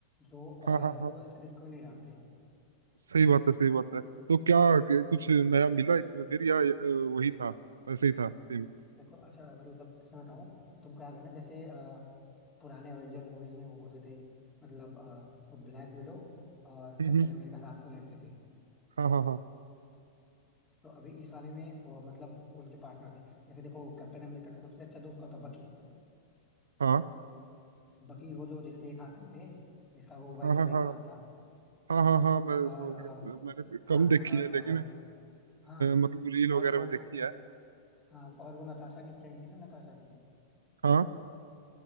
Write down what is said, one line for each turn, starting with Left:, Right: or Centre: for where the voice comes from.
Left: जो और
Right: हाँ
Left: है
Right: हाँ
Left: ना
Right: हाँ
Left: वो ऐसे रिस्क में नहीं डालते
Right: सही बात है सही बात है तो क्या क- कुछ नया मिला इसमें फिर या अ, वही था वैसे ही था सेम
Left: देखो अच्छा मतलब इसमें बताऊं तो तुमको याद है ना जैसे अ, पुराने एवेंजर मूवीज में वो होते थे मतलब ब्लैक विडो और
Right: हम्म
Left: कैप्टन
Right: हम्म,
Left: अमेरिका साथ में लड़ते थे
Right: हाँ हाँ
Left: तो अभी इस वाले में वो मतलब उनके पार्टनर्स है जैसे देखो कैप्टन अमेरिका का सबसे अच्छा दोस्त कौन था बकी
Right: हाँ
Left: बकी वो जो जिसके एक हाथ नहीं थे जिसका वो वाइब्रेनियम
Right: हाँ हाँ हाँ
Left: कहा था
Right: हाँ हाँ हाँ हाँ मैं
Left: और
Right: समझ
Left: अ,
Right: गया तो मैंने कम
Left: हाँ
Right: देखी
Left: और
Right: है लेकिन
Left: अ,
Right: अ,
Left: हाँ
Right: मतलब रील वगैरह
Left: और वो
Right: में देखी है
Left: हाँ और वो नताशा की फ्रेंड थी ना नताशा की
Right: हाँ